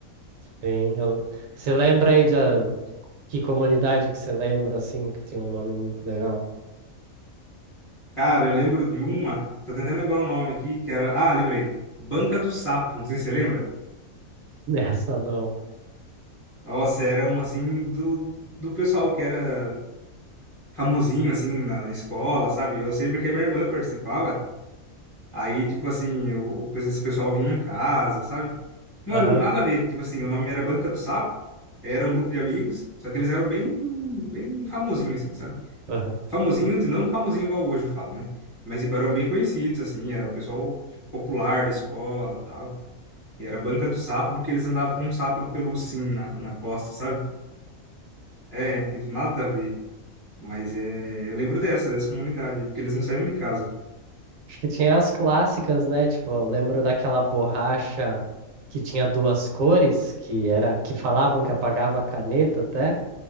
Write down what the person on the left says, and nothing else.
Cara, eu lembro de uma. Tô tentando lembrar o nome aqui, que era. Ah, lembrei. Banca do Sapo, não sei se você lembra.
Nossa, era uma assim do, do pessoal que era famosinho assim na escola, sabe? Eu sei porque minha irmã participava. Aí, tipo assim, o, o pe- esse pessoal vinha em casa, sabe? Mano,
nada a ver. Tipo assim, o nome era Banca do Sapo. Aí era um grupo de amigos, só que eles eram bem, bem famosinhos, assim, sabe?
Famosinho, de não famosinho igual hoje eu falo, né? Mas tipo, eram bem conhecidos, assim, era o pessoal tipo, popular da escola tal. E era banca do sapo, porque eles andavam com um sapo de pelúcia, assim, na, na costa, sabe? É, tipo, nada a ver. Mas é, eu lembro dessa, dessa comunidade, porque eles não saíam de casa.